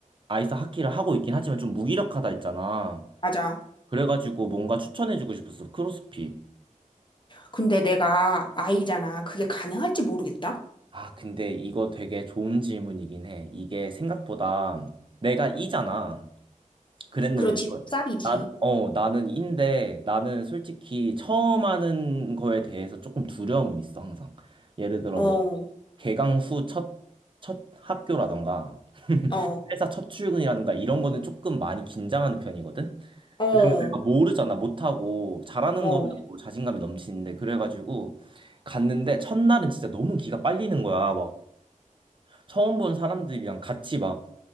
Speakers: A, on the right; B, on the left.
A: 아이스 하키를 하고 있긴 하지만 좀 무기력하다 했잖아.
B: 맞아.
A: 그래가지고 뭔가 추천해주고 싶었어, 크로스핏.
B: 근데 내가 아이잖아. 그게 가능할지 모르겠다.
A: 아, 근데 이거 되게 좋은 질문이긴 해. 이게 생각보다 내가 이잖아. 그랬는데
B: 그렇지. 쌉이지.
A: 나는 어 나는 인데 나는 솔직히 처음 하는 거에 대해서 조금 두려움은 있어 항상 예를 들어
B: 어,
A: 뭐 개강 후 첫 첫 학교라던가
B: 어,
A: 회사 첫 출근이라든가 이런 거는 조금 많이 긴장하는 편이거든
B: 어,
A: 왜냐면 내가 모르잖아 못하고 잘하는
B: 어,
A: 거면 뭐 자신감이 넘치는데 그래가지고 갔는데 첫날은 진짜 너무 기가 빨리는 거야 막 처음 본 사람들이랑 같이 막